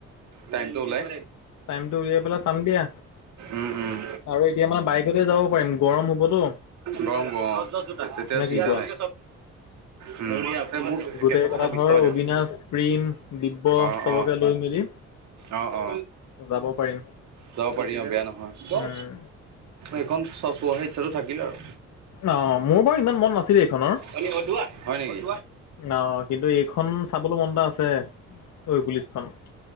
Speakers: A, on the right; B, on the left.
A: টাইমটো ওলাই।
B: টাইমটো উলিয়াই পেলাই চাম দিয়া।
A: উম উম।
B: আৰু এতিয়া মানে বাইকতে যাব পাৰিম গৰম হ'বতো
A: গৰম হ'ব অ তেতিয়া
B: নে
A: একো চিন্তা
B: কি কোৱা?
A: নাই উম মোক
B: গোটেই
A: কেঁচা
B: কেইটা
A: চেনা বিশ
B: ধৰ
A: টকা দিয়ক।
B: অবিনাশ প্ৰীম দিব্য
A: অ
B: চবকে
A: অ
B: লৈ মেলি
A: অ অ
B: যাব পাৰিম।
A: যাব পাৰি অ বেয়া নহয় বহ
B: উম
A: এইখন চ চোৱাৰ ইচ্ছাটো থাকিলে আৰু।
B: অ মোৰ বাৰু ইমান মন নাছিলে এইখনৰ
A: আৰু হয় নেকি
B: অ কিন্তু এইখন। চাবলৈ মন এটা আছে ঐ পুলিচখন।